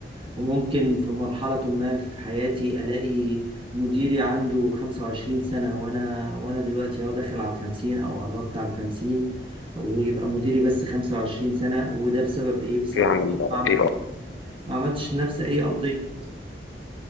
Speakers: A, on the right; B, on the left.
A: وممكن في مرحلة ما في حياتي ألاقي مديري عنده 25 سنة وأنا وأنا دلوقتي أهو داخل على الخمسين أو قربت على الخمسين ويبقى مديري بس 25 سنة وده بسبب إيه؟ بسبب
B: إيه عن
A: إن
B: ال
A: أنا ما عملتش
B: AI
A: ما عملتش نفسي أي أبديت.